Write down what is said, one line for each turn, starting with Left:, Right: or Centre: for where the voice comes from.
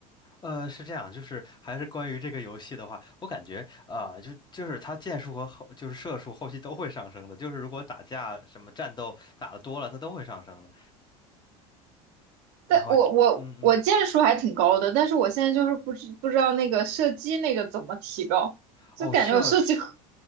Left: 呃，是这样，就是还是关于这个游戏的话，我感觉啊、呃就就是它剑术和后就是射术后期都会上升的，就是如果打架什么战斗打的多了，它都会上升的。
Right: 但我我我箭树还挺高的，
Left: 然后就嗯嗯，
Right: 但是我现在就是不知不知道那个射击那个怎么提高，就感觉我射击可
Left: 哦，射是。